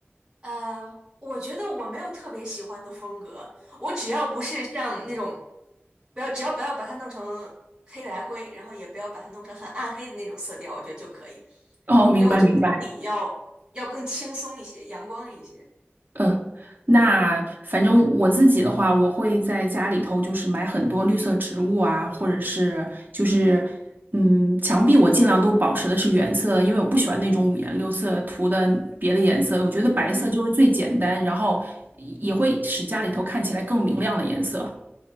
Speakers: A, on the right; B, on the right.
A: 呃，我觉得我没有特别喜欢的风格，我只要不是像那种，不要只要不要把它弄成黑白灰，然后也不要把它弄成很暗黑的那种色调，我觉得就可以。
B: 哦，明白明白。
A: 因为我觉得家里要要更轻松一些，阳光一些。
B: 嗯，那反正我自己的话，我会在家里头就是买很多绿色植物啊，或者是就是嗯，墙壁我尽量都保持的是原色的因为我不喜欢那种五颜六色涂的别的颜色，我觉得白色就是最简单，
A: 嗯，
B: 然后也也会使家里头看起来更明亮的颜色。